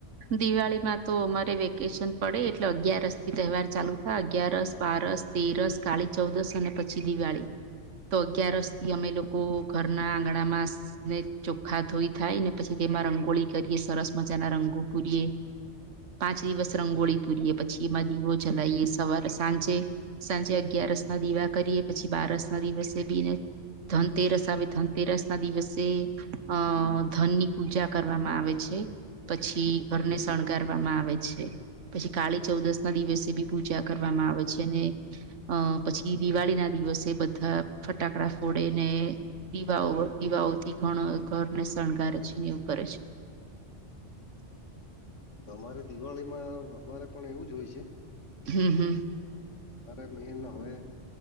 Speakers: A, on the right (about 80°); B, on the left (about 85°).
A: દિવાળી માં તો અમારે વેકેશન પડે એટલે અગિયારસ થી તહેવાર ચાલુ થાય. અગયારસ, બારસ તેરસ, કાળી ચૌદસ અને પછી દિવાળી. તો અગિયારસ થી અમે લોકો ઘરના આંગણામાં ને ચોખા ધોઈ થાય ને પછી તેમાં રંગોળી કરીએ, સરસ મજાના રંગો પૂરીએ. પાંચ દિવસ રંગોળી પૂરીએ. પછી એમાં દીવો જલાઈએ સવારે સાંજે. સાંજે અગિયારસના દીવા કરીએ પછી બારસના દિવસે બીને ધનતેરસ આવે ધનતેરસના દિવસે અ ધનની પૂજા કરવામાં આવે છે. પછી
B: હમ
A: ઘરને શણગારવામાં છે. પછી કાળી ચૌદશના દિવસે બી પૂજા કરવામાં આવે છે. અને અ પછી દિવાળીના દિવસે બધા ફટાકડા ફોડે ને દિવાઓ દિવાઓથી ઘણો ઘરને શણગારે છે ને એવું કરે છે.
B: તમારે દિવાળી માં અમારે પણ એવું જ હોય છે.
A: હમ હમ.
B: મારે મેન હવે